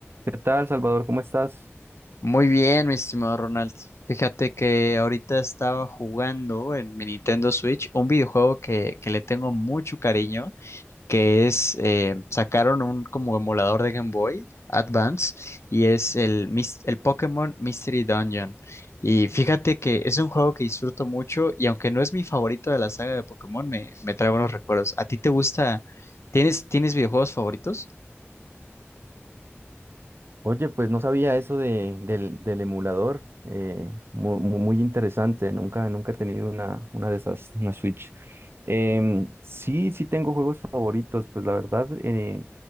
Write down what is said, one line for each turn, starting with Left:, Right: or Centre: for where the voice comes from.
Right: ¿Qué tal, Salvador? ¿Cómo estás?
Left: Muy bien, mi estimado Ronald. Fíjate que ahorita estaba jugando en mi Nintendo Switch un videojuego que, que le tengo mucho cariño, que es, eh, sacaron un como emulador de Game Boy Advance y es el, mis- el Pokémon Mystery Dungeon. Y fíjate que es un juego que disfruto mucho y aunque no es mi favorito de la saga de Pokémon, me, me trae buenos recuerdos. ¿A ti te gusta? ¿Tienes, tienes videojuegos favoritos?
Right: Oye, pues no sabía eso de, del, del emulador. eh, mu- mu- muy, interesante. Nunca, nunca he tenido una, una de esas, una Switch. Em, sí, sí tengo juegos favoritos. Pues la verdad, eh,